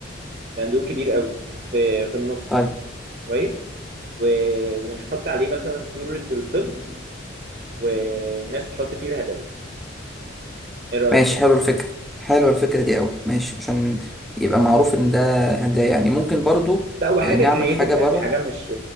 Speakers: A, on the right; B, in the centre.
A: صندوق كبير قوي في في النص
B: طيب
A: كويس و... ونحط عليه مثلا صورة الطفل والناس تحط فيه الهدايا ايه رأيك
B: ماشي
A: في الموضوع
B: حلو الفكرة
A: ده
B: حلوة الفكرة دي قوي ماشي عشان يبقى معروف ان ده هدايا يعني ممكن برضو
A: لا وحاجة
B: آه، نعمل
A: كرييتيف
B: حاجة
A: يعني
B: بره
A: حاجة مش